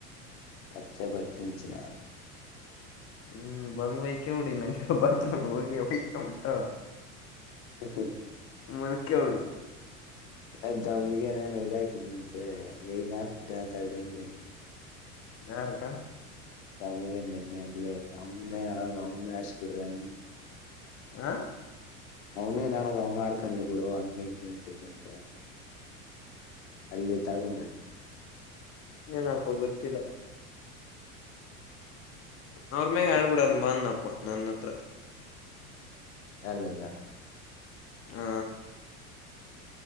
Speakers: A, on the left (about 60°); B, on the left (about 30°).
A: ಅಚ್ಚೆ ಬರ್ತಿನಚ್ಚಿನ
B: ಹ್ಮ್ ಬಂದ್ ವೈಕ ಉಡಿ ನಂಗೆ ಬಾತ್ರೂಮ್ ಹೋಗಿ ವಕ ಮುಟ್ಟ
A: ಹ್ಮ ಹ್ಮ
B: ಮನ ಕೆವಡುು
A: ಅದದ ಮಗ ನಾನು ಇದಾಕಿದನಂತೆ ವೇಯನ್ ಹಾಕ್ಬಿಟ್ಟೆ ನ ತಳದಿಂದ
B: ಯಾರುಕ್ಕಾ
A: ನಮಗೆ ನಿೆನ್ನೆ ಅಲ್ಲೇ ನನ್ನ ನಾ ಅವ ಆಿಸಬಿಡ್ರೆ
B: ಆ
A: ಅವ್ನೇನ್ ಆಡದ ಅವ್ನ ಆಡ್ಕೊಂಡ್ಲಿ ಬಿಡು ಹಂಗೆ ಹೆಂಗ ಅಂತ ಅಲ್ಲಿತಳ್ಕೊಂಡ
B: ನ್ಪ್ಪ ಗೊತ್ತಿಲ್ಲ ಅವ್ರ ಮ್ಯಾಗ ಆಡ್ಬಿಡನ್ ಬಂದಪ್ಪ ನನ್ನ ಹತ್ರ
A: ಯಾರ ಮಾಗ ಹ
B: ಹ